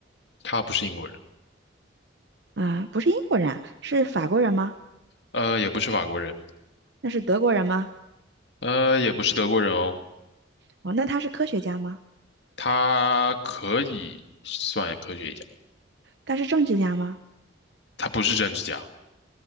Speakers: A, on the left; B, on the right.
A: 他不是英国人，
B: 啊、不是英国人啊是法国人吗？
A: 呃，也不是法国人，
B: 那是德国人吗？
A: 呃，也不是德国人哦，
B: 哦，那他是科学家吗？
A: 他可以算科学家，
B: 他是政治家吗？
A: 他不是政治家，